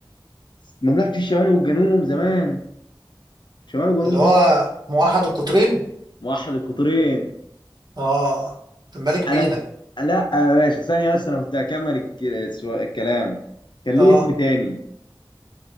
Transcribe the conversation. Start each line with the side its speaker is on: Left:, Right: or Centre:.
Left: مملكه الشمال والجنوب زمان شمال وجنوب
Right: اللي
Left: مصر
Right: هو موحد القطرين
Left: موحد القطرين
Right: اه الملك
Left: انا
Right: مينا
Left: لا يا باشا ثانية بس انا كنت هكمل الك- السو- الكلام كان
Right: اه
Left: ليه اسم تاني